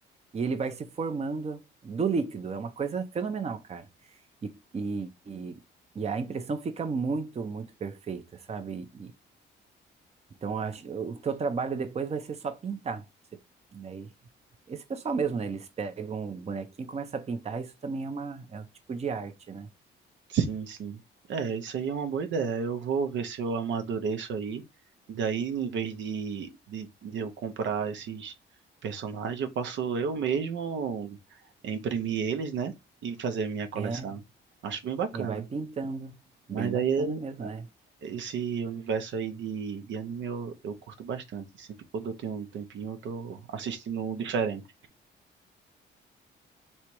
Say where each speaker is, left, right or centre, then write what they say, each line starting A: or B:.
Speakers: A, on the right (about 30°); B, on the right (about 70°).
A: e ele vai se formando do líquido. É uma coisa fenomenal, cara. E, e, e, e a impressão fica muito, muito perfeita, sabe? Então, acho, o teu trabalho depois vai ser só pintar. Você, daí, esse pessoal mesmo, né? Eles pegam o bonequinho e começam a pintar. Isso também é uma, é um tipo de arte, né?
B: Sim, sim. É, isso aí é uma boa ideia. Eu vou ver se eu amadureço aí. Daí, em vez de, de, de eu comprar esses personagens, eu posso eu mesmo imprimir eles, né? E fazer minha coleção.
A: É,
B: Acho bem bacana.
A: e vai pintando. Bem
B: Mas
A: bacana
B: daí,
A: mesmo, né?
B: esse universo aí de, de anime eu, eu curto bastante. Sempre quando eu tenho um tempinho, eu tô assistindo um diferente.